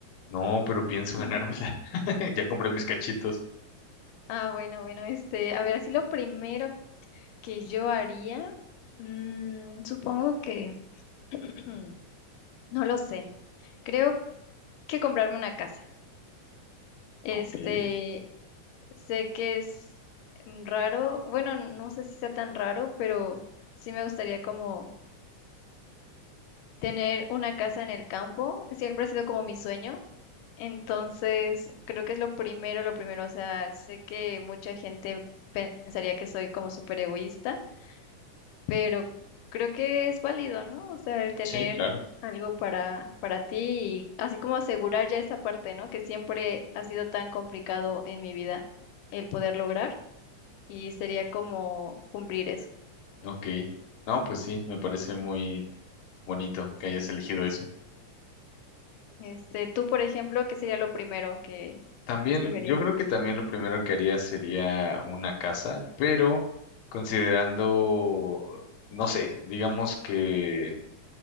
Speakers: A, on the left; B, on the left.
A: No, pero pienso
B: <laughs>
A: ganármela. <laughs> Ya compré mis cachitos.
B: Ah, bueno, bueno, este, a ver, así lo primero que yo haría, mm, supongo que, <clears throat> no lo sé, creo que comprarme una casa. Este,
A: Ok,
B: sé que es mm, raro, bueno, no sé si sea tan raro, pero sí me gustaría como tener una casa en el campo, siempre ha sido como mi sueño. Entonces, creo que es lo primero, lo primero, o sea, sé que mucha gente pensaría que soy como súper egoísta, pero creo que es válido, ¿no? O sea, el tener
A: sí, claro.
B: algo para, para ti y así como asegurar ya esa parte, ¿no? Que siempre ha sido tan complicado en mi vida el poder lograr y sería como cumplir eso.
A: Ok. No, pues sí, me parece muy bonito que hayas elegido eso.
B: Este, tú, por ejemplo, ¿qué sería lo primero que
A: También,
B: escogerías?
A: yo creo que también lo primero que haría sería una casa, pero considerando, no sé, digamos que